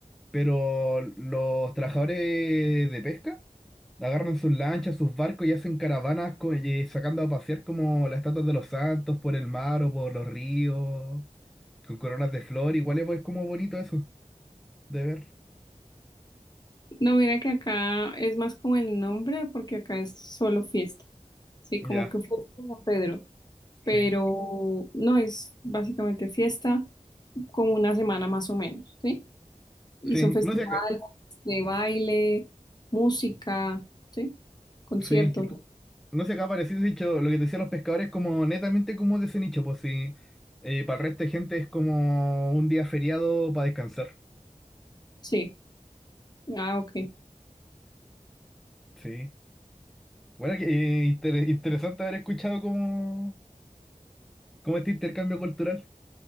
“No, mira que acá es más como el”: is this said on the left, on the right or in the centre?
Left